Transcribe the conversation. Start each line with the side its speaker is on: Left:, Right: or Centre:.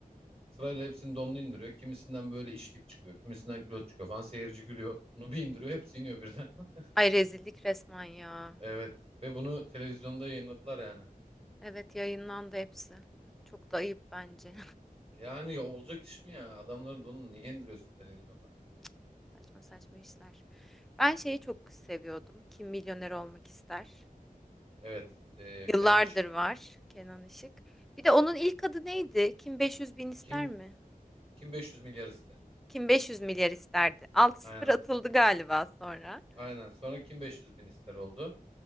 Right: Sırayla hepsinin donunu indiriyor. Kimisinden böyle işlik çıkıyor. Kimisinden kilo çıkıyor falan. Seyirci gülüyor. Bunu bir indiriyor. Hepsi iniyor birden. <laughs>
Centre: Ay rezillik resmen ya.
Right: Evet. Ve bunu televizyonda yayınladılar yani.
Centre: Evet yayınlandı hepsi. Çok da ayıp bence.
Right: Yani olacak iş mi ya? Adamların bunu niye indiriyorsun televizyonda?
Centre: <laughs> Saçma saçma işler. Ben şeyi çok seviyordum. Kim Milyoner Olmak ister?
Right: Evet. e, Kenan
Centre: Yıllardır
Right: Işık.
Centre: var Kenan Işık. Bir de onun ilk adı neydi? Kim 500 bin ister
Right: Kim
Centre: mi?
Right: kim 500 milyar ister?
Centre: Kim 500 milyar isterdi? Altı
Right: Aynen.
Centre: sıfır atıldı galiba sonra.
Right: Aynen. Sonra kim 500 bin ister oldu.